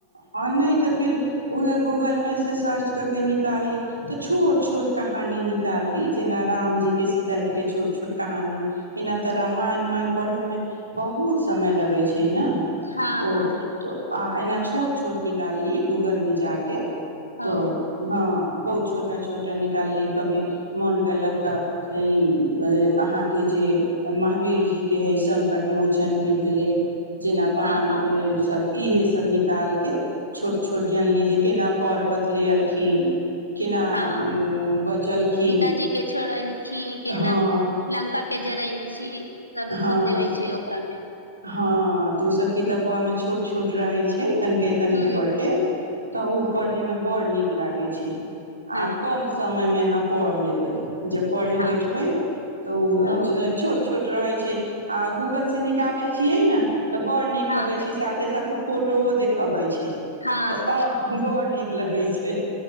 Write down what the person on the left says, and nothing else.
हँ
हँ
ओ
हँ हँ
हँ
सीतााजी के छोड़ै छी केना
लंका के जर छी सब ओ
सब देवे छै ओकरामे
ह
हँ
हँ
ओ
हँ
हँ